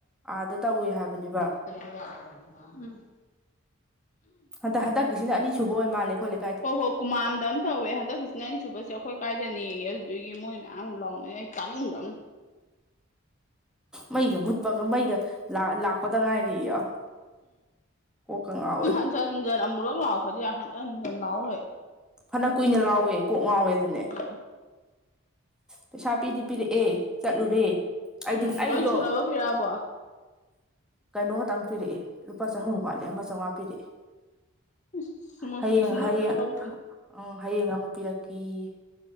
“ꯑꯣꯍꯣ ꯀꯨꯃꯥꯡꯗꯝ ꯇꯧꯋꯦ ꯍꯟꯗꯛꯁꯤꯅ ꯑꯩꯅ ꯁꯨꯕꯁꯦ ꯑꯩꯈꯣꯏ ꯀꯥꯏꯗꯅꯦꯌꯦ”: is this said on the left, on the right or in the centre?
Left